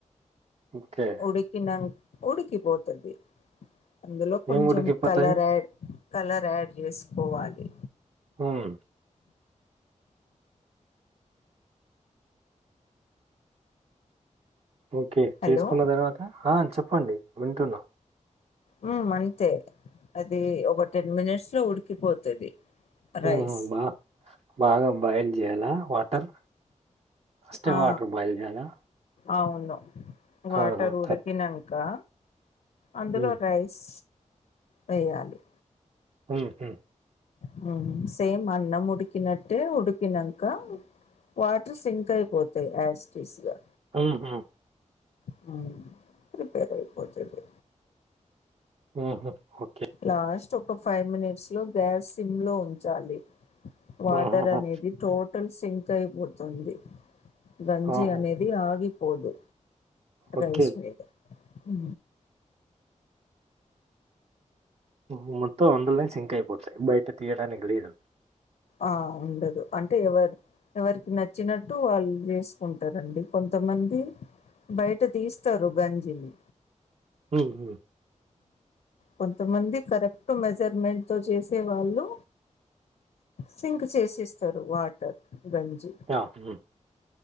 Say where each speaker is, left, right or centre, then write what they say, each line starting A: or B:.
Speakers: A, on the right (about 55°); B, on the left (about 80°).
A: ఓకే
B: ఉడికి నంగ్ ఉడుకిపోతుంది అందులో కొంచం
A: ఏం ఉడికిపోతాయి
B: కలర్ ఆడ్ కలర్ యాడ్ చేసుకోవాలి.
A: అవును ఓకే
B: హలో
A: చేసుకున్న తర్వాత ఆ చెప్పండి వింటున్నా
B: ఉ అంతే అది ఒక టెన్ మినిట్స్ లో ఉడికిపోతది.
A: హుహ్
B: రైస్
A: బా బాగాం బాయిల్ చేయాలా వాటర్ ఫస్టే
B: ఆ
A: వాటర్ బాయిల్ చేయాలా.
B: అవును. వాటర్
A: ఆ
B: ఊడికినం
A: ఆ
B: ంకా అందులో
A: ఉమ్
B: రైస్ వెయ్యాలి.
A: హుహ్
B: హ్ సేమ్ అన్నం ఉడికినట్టే ఉడికినంక వాటర్ సింక్ అయిపోతయి యాస్టీస్ గా.
A: ఉమ్ ఉమ్
B: హ్ ప్రిపేర్ అయిపోతది.
A: ఆహఓ
B: లాస్ట్ ఒక ఫైవ్ మినిట్స్ లో గ్యాస్ సిమ్ లో ఉంచాలి. వాటర్
A: ఆహా
B: అనేది టో టల్ సింక్ అయిపో తుంది గంజి
A: ఆహా
B: అనేది ఆవిరి పొదు
A: ఓకే
B: రైస్ మీదే ఉ
A: ఒహా మొత్తం అందుల్నే సింకయిపోతయి బయట తీయటానికి లేదు.
B: ఆ ఉండదు అంటే ఎవరు ఎవరికి నచ్చినట్టు వాళ్ళు చేసుకుంటారండి, కొంతమంది బయట తీస్తారు గంజిని.
A: హ్ హు
B: కొంతమంది కరెక్ట్ మెజర్మెంట్ తో చేసే వాళ్ళు సింక్ చేసిస్తారు వాటర్. గంజి
A: ఆ, ఉమ్,